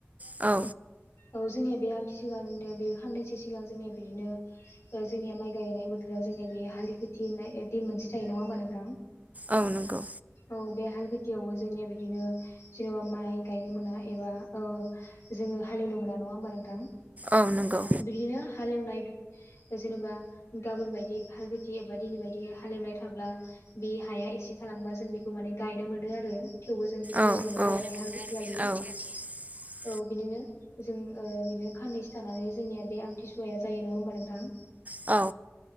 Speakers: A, on the right (about 30°); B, on the left (about 85°).
A: औ
B: औ जोंनिया बे आमथि सिगनिनो बे साननैसो सिगां जोंनिया बिदिनो जोंनिया माइ गायनाय बोथोराव जोंनिया हलिनाय मोनसे था ह नोंथां
A: औ नंगौ
B: औ खथियावबो जोंनिया बिदिनो जेनेबा माइ गायनो मोना एबा जोंङो हालेवनो मोना नङा हबा नोंथां
A: औ नंगौ
B: बिदिनो हालेवनाय जेनेबा गाबोन बायदि हालथि एबा दिनै बायदि हालेवनाय थाब्ला बे हाया एसे थालांबा जों बेखौ माने गायनो मोनो मोन आरो थेवबो जों हालेवनो
A: औ
B: मोनो
A: औ
B: आरो बे हाल खेथिखालि
A: औ <inaudible>
B: औ बिदिनो जों बिदिनो खाननैसो थानानै जोंनिया बे आमथिसुवाया जायो नंङा होमबा नोंथां
A: औ